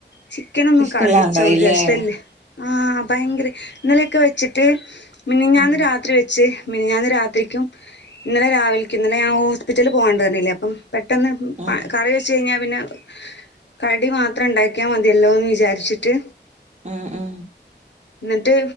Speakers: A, on the left (about 80°); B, on the right (about 40°).
A: ചിക്കനൊന്നും
B: ഇഷ്ടമുള്ളത്
A: കറി വെച്ച
B: ഉണ്ടായില്ലേ
A: ഒര് രസല്ല്യ ആ ഭയങ്കര് ഇന്നലെക്കെ വെച്ചിട്ട് മിനിഞ്ഞാന്ന്
B: ഉം
A: രാത്രി വെച്ച് മിൻഞ്ഞാന്ന് രാത്രിക്കും ഇന്നലെരാവിൽക്ക് ഇന്നലെ ഞാൻ ഹോസ്പിറ്റലി പോവാണ്ട് പർഞ്ഞീലെ അപ്പം പെട്ടെന്ന്
B: ഉം
A: പ കറി വെച്ച് കയ്ഞ്ഞാപിനെ കടി മാത്രം ഇണ്ടാക്ക്‌യാ മതിയല്ലോന്ന് വിജാരിച്ചിട്ട്
B: ആ ആ
A: ന്ന്ട്ട്